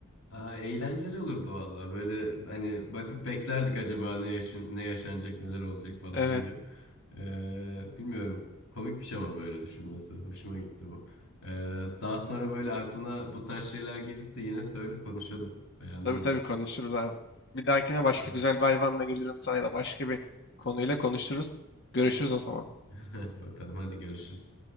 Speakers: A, on the left (about 80°); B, on the left (about 50°).
A: Aa, eğlenceli olurdu vallahi. Böyle hani bakıp beklerdik acaba ne, yaşan ne yaşanacak neler olacak falan
B: Evet
A: diye. Ee, bilmiyorum. Komikmiş ama böyle düşünmesi. Hoşuma gitti bu. Ee, daha sonra böyle aklına bu tarz şeyler gelirse yine söyle konuşalım. Beğendim
B: tabii tabii
A: bunu.
B: konuşuruz abi. Bir dahakine başka
A: Tamam.
B: güzel bir hayvanla gelirim sana ya da başka bir konuyla konuşuruz. Görüşürüz o zaman.
A: <laughs> Hadi bakalım hadi görüşürüz.